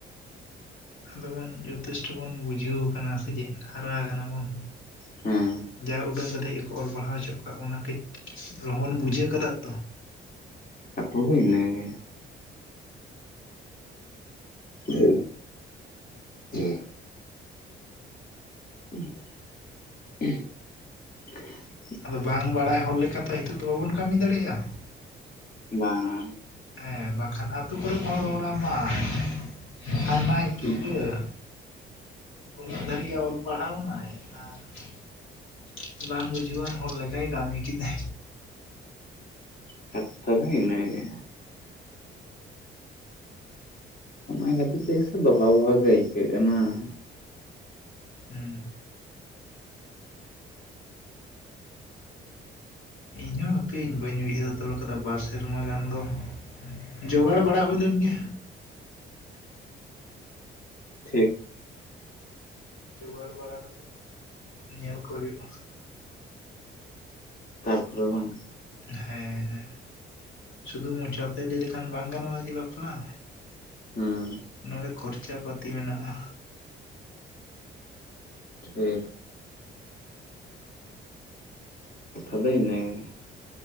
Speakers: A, on the left; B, on the left.
A: ᱟᱫᱚ ᱵᱚᱱ ᱡᱚᱛᱷᱮᱥᱴᱚ ᱵᱚᱱ ᱵᱩᱡᱷᱟᱹᱣ ᱠᱟᱱᱟ ᱥᱮ ᱪᱮᱫ ᱦᱟᱨᱟ ᱠᱟᱱᱟ ᱵᱚᱱ ᱾
B: ᱦᱮᱸ
A: ᱡᱟ ᱩᱰᱟᱹᱝ ᱠᱟᱛᱮ ᱜᱮᱠ ᱚᱞ ᱯᱟᱲᱟᱣ ᱦᱚᱪᱚ ᱠᱚᱜ ᱟᱠᱚ <inaudible> ᱵᱚᱱᱟ ᱴᱷᱤᱠ ᱠᱤᱥᱤ ᱨᱮᱸᱦᱚ ᱵᱚᱱ ᱵᱩᱡᱷᱟᱹᱣ ᱠᱟᱫᱟ ᱛᱚ
B: ᱠᱟᱛᱷᱟ ᱫᱚ ᱤᱱᱟᱹᱜᱮ ᱾ ᱦᱮᱸ <inaudible> <inaudible>
A: ᱟᱫᱚ ᱵᱟᱝ ᱵᱟᱲᱟᱭ ᱦᱚᱲ ᱞᱮᱠᱟᱛᱮ ᱱᱤᱛᱚᱜ ᱫᱚ ᱵᱟᱵᱚᱱ ᱠᱟᱹᱢᱤ ᱫᱟᱲᱮᱭᱟᱜ ᱟ ᱾
B: ᱵᱟᱝ ᱾
A: ᱦᱮᱸ ᱵᱟᱝ ᱠᱷᱟᱱ ᱟᱹᱛᱩ ᱠᱚᱨᱮ ᱠᱚ ᱨᱚᱲᱟ ᱢᱟ ᱾ ᱠᱷᱟᱱᱫᱟᱭᱤᱡ ᱜᱤᱫᱽᱨᱟᱹ
B: ᱦᱩᱸ
A: ᱩᱱᱟᱹᱜ ᱫᱷᱟᱹᱨᱤᱡ ᱮ ᱚᱞ ᱯᱟᱲᱦᱟᱣᱱᱟᱭ ᱟᱨ ᱾ ᱵᱟᱝ ᱵᱩᱡᱷᱟᱹᱣᱟᱱ ᱦᱚᱲ ᱞᱮᱠᱟᱭ ᱠᱟᱹᱢᱤ ᱠᱮᱫᱟ᱾
B: ᱠᱟᱛᱷᱟ ᱫᱚ ᱤᱱᱟᱹ ᱜᱮ ᱾ ᱚᱱᱟ ᱠᱷᱟᱹᱛᱤᱨ ᱛᱮ ᱥᱮ ᱫᱚᱦᱟ ᱵᱚᱭᱦᱟ ᱜᱮ ᱟᱹᱭᱠᱟᱹᱜ ᱠᱟᱱᱟ ᱾
A: ᱦᱩᱸ ᱤᱧ ᱦᱚ ᱦᱟᱯᱮᱧ ᱵᱟᱹᱧ ᱩᱭᱦᱟᱹᱨ ᱦᱟᱛᱟᱲ ᱟᱠᱟᱫᱟ ᱵᱟᱨ ᱥᱮᱨᱢᱟ ᱜᱟᱱ ᱫᱚ ᱾ ᱡᱚᱜᱟᱲ ᱵᱟᱲᱟ ᱦᱩᱭ ᱞᱮᱱ ᱜᱮ
B: ᱴᱷᱤᱠ
A: ᱡᱚᱜᱟᱲ ᱵᱟᱲᱟ ᱠᱟᱛᱮᱫ ᱧᱮᱞ ᱠᱚ ᱦᱩᱭᱩᱜ-ᱟ᱾
B: ᱛᱟᱨᱯᱚᱨᱮ ᱵᱟᱝ
A: ᱦᱮᱸ ᱦᱮᱸ ᱥᱩᱫᱩ ᱢᱚᱪᱟ ᱛᱮ ᱞᱟᱹᱭ ᱞᱮᱠᱷᱟᱱ ᱵᱟᱝ ᱜᱟᱱᱚᱜ-ᱟ ᱡᱮ ᱵᱟᱯᱞᱟ
B: ᱦᱮᱸ
A: ᱱᱚᱰᱮ ᱠᱷᱚᱨᱪᱟ ᱯᱟᱹᱛᱤ ᱢᱮᱱᱟᱜ-ᱟ᱾
B: ᱴᱷᱤᱠ ᱠᱟᱛᱷᱟ ᱫᱚ ᱤᱱᱟᱹ ᱜᱮ